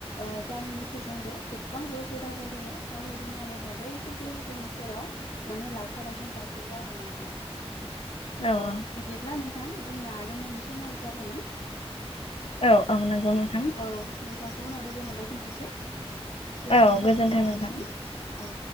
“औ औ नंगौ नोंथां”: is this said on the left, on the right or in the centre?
Left